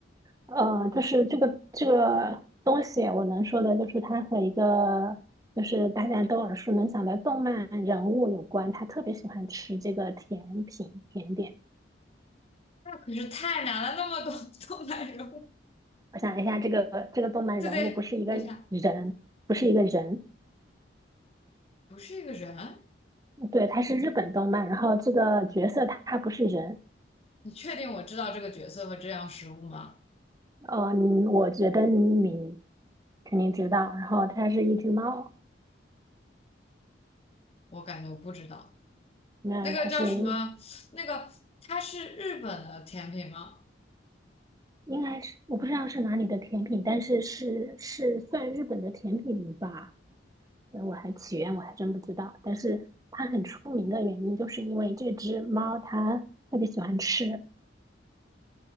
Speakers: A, on the right; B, on the left.
A: 呃，就是这个这个东西，我能说的就是它和一个就是大家都耳熟能详的动漫人物有关，他特别喜欢吃这个甜品甜点。
B: 那可是太难了，那么多 <laughs> 动漫人物
A: 我想一下，这个这个动漫人物不是一个人，
B: <laughs>，对对，等一下，
A: 不是一个人。
B: 不是一个人，
A: 对，它是日本动漫，然后这个角色它他不是人，
B: 你确定我知道这个角色和这样食物吗？
A: 呃嗯，我觉得你肯定知道，然后它是一只猫，
B: 我感觉我不知道。
A: 那它是
B: 那个叫什么？那个它是日本的甜品吗？
A: 应该是我不知道是哪里的甜品，但是是是算日本的甜品吧，呃我还起源我还真不知道，但是它很出名的原因就是因为这只猫它特别喜欢吃。